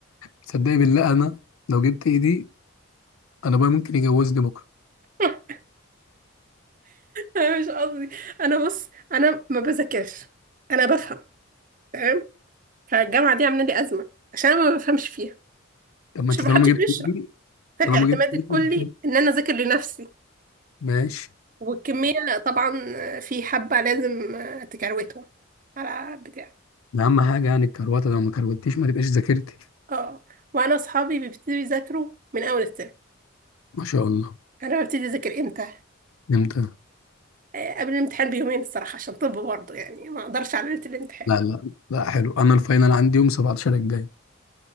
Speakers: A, on the left; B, on the right.
A: تصدقي بالله انا لو جبت ايه دي انا بقى ممكن يجوزني بكره
B: <laughs> انا مش قصدي انا بص انا ما بذاكرش انا بفهم تمام فالجامعه دي عامله لي ازمه عشان انا ما بفهمش فيها
A: طب ما
B: مش
A: انت
B: محدش
A: طالما جبت
B: بيشرح
A: ايه دي
B: فالاعتماد
A: طالما جبت ايه
B: الكلي
A: دي
B: ان انا اذاكر لنفسي
A: ماشي
B: والكميه طبعا في حبه لازم تكروتهم على بتاع
A: ده اهم حاجه يعني الكروته لو ما كروتيش ما تبقاش ذاكرتي
B: اه وانا اصحابي بيبتدوا يذاكروا من اول الترم
A: ما شاء الله
B: انا ببتدي اذاكر امتى
A: امتى
B: آه، قبل الامتحان بيومين الصراحه عشان طب برضه يعني ما اقدرش على ليله الامتحان
A: لا لا لا حلو انا الفاينل عندي يوم 17 الجاي